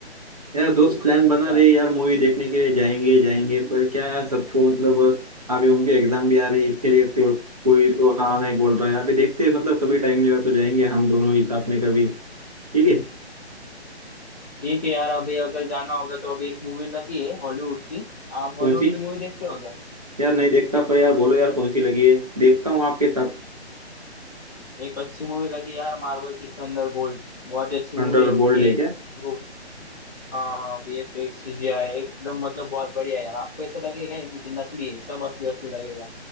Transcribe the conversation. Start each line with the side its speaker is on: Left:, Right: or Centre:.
Right: यार दोस्त प्लान
Left: अच्छा
Right: बना रहे यार मूवी देखने के लिए जाएंगे जाएंगे पर क्या है, सबको मतलब अभी उनके एग्जाम भी आ रही है इसके लिए तो कोई तो हाँ नहीं बोल रहा है अभी देखते हैं मतलब कभी टाइम मिला तो जाएंगे हम दोनों ही साथ में कभी ठीक है
Left: ठीक है यार अभी अगर जाना होगा तो अभी एक मूवी लगी है हॉलीवुड की आप हॉलीवुड
Right: कौन सी
Left: की मूवी देखते हो क्या
Right: यार नहीं देखता पर यार बोलो यार कौन सी लगी है देखता हूँ आपके साथ
Left: एक अच्छी मूवी लगी यार मार्वल की थंडरबोल्ट्स बहुत ही अच्छी
Right: थंडरबोल्ट
Left: मूवी है उसके
Right: है क्या
Left: जो हाँ वीएफएक्स चीजें आए एकदम मतलब बहुत बढ़िया है यार आपको ऐसा लगेगा ही नहीं कि नकली है सब असली असली लगेगा